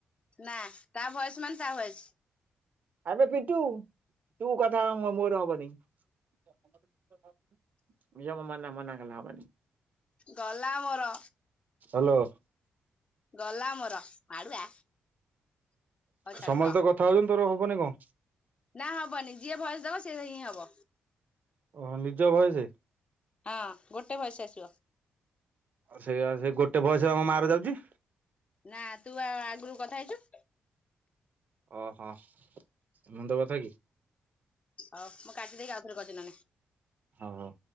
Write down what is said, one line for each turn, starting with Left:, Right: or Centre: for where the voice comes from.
Left: ନା ତା ବୟସ ମାନେ ତା ବୟସ।
Right: ଆବେ ପିଣ୍ଟୁ ତୁ କଥା ହ ମୋର ହବନି। <inaudible> <inaudible> ମୋ ନା ହେଲେ ହବନି।
Left: ଗଲା ମୋର
Right: ହାଲୋ।
Left: ଗଲା ମୋର ମାଡୁଆ। ହଉ ଛାଡ
Right: ସମସ୍ତେ
Left: କହ
Right: ତ କଥା ହଉଚନ୍ତି। ତୋର ହବନି କଣ?
Left: ନା ହବନି ଯିଏ ଭୟସ ଦବ ସିଏ ହିଁ ହବ।
Right: ଓହୋ ନିଜ ଭାଇ ସେ।
Left: ହଁ ଗୋଟେ ଭୟସ ଆସିବ।
Right: ଆଉ ସେଇଆ ସେ ଗୋଟେ ଭୟସ ରେ ପା ମୋ ମାର୍କ ଯାଉଚି।
Left: ନା ତୁ ଆଉ ଆଗରୁ କଥା ହେଇଚୁ।
Right: ଓହୋ ଏମ ତ କଥା କି?
Left: ହଉ ମୁଁ କାଟି ଦେଇକି ଆଉଥରେ କରୁଚି ନହେଲେ।
Right: ହଉ ହଉ।